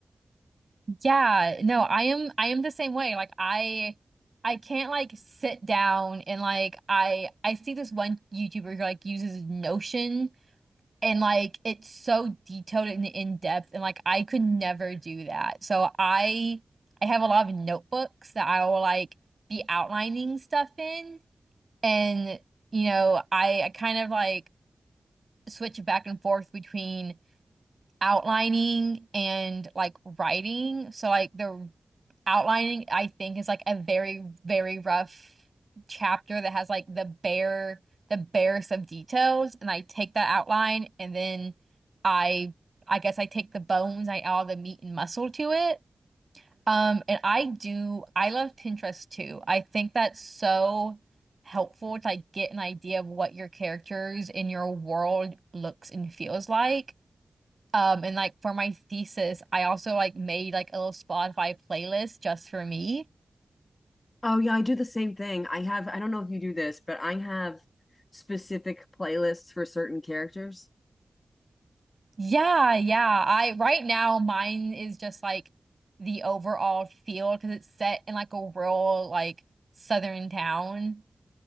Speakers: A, on the right; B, on the left.
A: Yeah, no, I am I am the same way. Like I I can't like sit down and like I I see this one YouTuber who like uses Notion and like it's so detailed and in depth and like I could never do that. So I I have a lot of notebooks that I will like be outlining stuff in and you know, I I kind of like switch back and forth between outlining and like writing. So like the outlining, I think, is like a very, very rough chapter that has like the bare, the barest of details. And I take that outline and then I I guess I take the bones, I add all the meat and muscle to it. Um, and I do, I love Pinterest too. I think that's so helpful to like get an idea of what your characters in your world looks and feels like. Um, and like for my thesis, I also like made like a little Spotify playlist just for me.
B: Oh yeah, I do the same thing. I have, I don't know if you do this, but I have specific playlists for certain characters.
A: Yeah, yeah. I right now mine is just like the overall feel because it's set in like a rural like southern town.